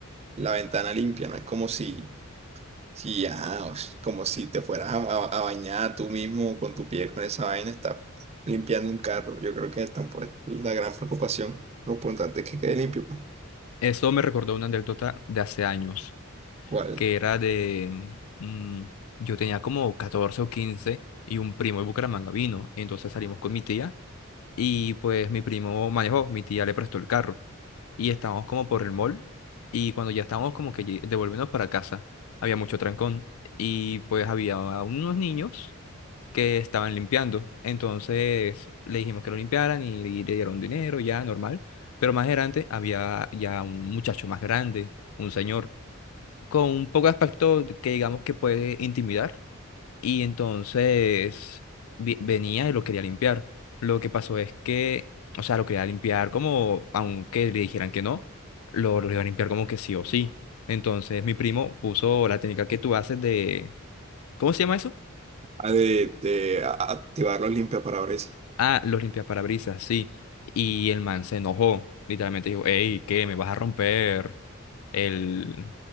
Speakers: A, on the right (about 30°); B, on the left (about 80°).
A: la ventana limpia. No es como si, si ajá, o s- como si te fueras a, a- a bañar tú mismo con tu piel con esa vaina, está limpiando un carro. Yo creo que tampoco es la gran preocupación. Lo importante es que quede limpio. pues.
B: Eso me recordó una anécdota de hace años,
A: ¿Cuál?
B: que era de, mm, yo tenía como 14 o 15 y un primo de Bucaramanga vino, entonces salimos con mi tía Y pues mi primo manejó, mi tía le prestó el carro. Y estábamos como por el mall. Y cuando ya estábamos como que lle- devolviéndonos para casa, había mucho trancón. Y pues había unos niños que estaban limpiando. Entonces le dijimos que lo limpiaran y, y le dieron dinero, ya normal. Pero más adelante había ya un muchacho más grande, un señor, con un poco de aspecto que digamos que puede intimidar y entonces vi- venía y lo quería limpiar. Lo que pasó es que, o sea, lo quería limpiar como, aunque le dijeran que no, lo, lo iba a limpiar como que sí o sí. Entonces mi primo puso la técnica que tú haces de, ¿cómo se llama eso?
A: a- de, de a- activar los limpiaparabrisas.
B: Ah, los limpiaparabrisas, sí. Y el man se enojó. Literalmente dijo, hey, ¿qué? ¿Me vas a romper el,